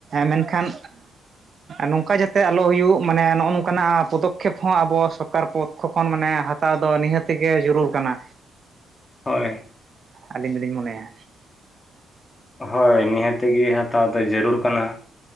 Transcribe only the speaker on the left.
ᱦᱳᱭ᱾
ᱦᱳᱭ ᱱᱤᱦᱟᱹᱛᱤ ᱜᱮ ᱦᱟᱛᱟᱣ ᱡᱟᱹᱨᱩᱨ ᱠᱟᱱᱟ᱾